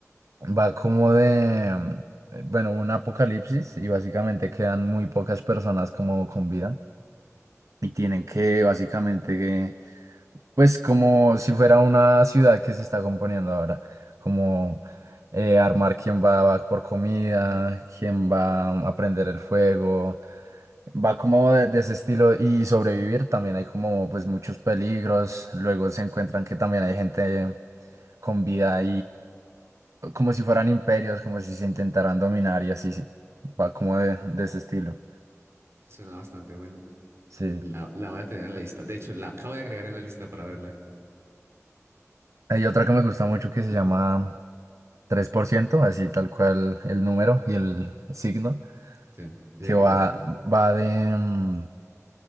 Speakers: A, on the right (about 70°); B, on the right (about 55°).
A: Va como de, mm, eh, bueno, un apocalipsis y básicamente quedan muy pocas personas como con vida y tienen que básicamente, pues como si fuera una ciudad que se está componiendo ahora, como eh, armar quién va, va por comida, quién va a prender el fuego, va como de, de ese estilo y sobrevivir también hay como pues muchos peligros, luego se encuentran que también hay gente con vida como si fueran imperios, como si se intentaran dominar y así, sí. Va como de, de ese estilo.
B: Suena bastante buena,
A: Sí.
B: la, la voy a tener en la lista, de hecho, la acabo de agregar en la lista para verla,
A: Hay otra que me gusta mucho que se llama tres por ciento así tal cual el número y el signo,
B: sí, ¿y
A: que
B: de qué
A: va,
B: trata?
A: va de... mm,